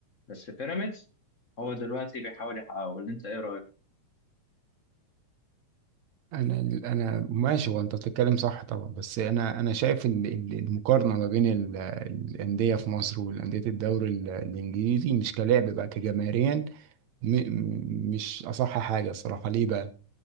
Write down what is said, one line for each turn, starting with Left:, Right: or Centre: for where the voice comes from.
Left: بس بيراميدز هو دلوقتي بيحاول يحققه ولا انت ايه رايك
Right: انا انا ماشي وانت بتتكلم صح طبعا بس انا انا شايف ان إن المقارنه ما بين ال- الانديه في مصر والانديه الدوري ال- الانجليزي مش كلاعب بقى كجماهيريا م- م- مش اصح حاجه الصراحه ليه بقى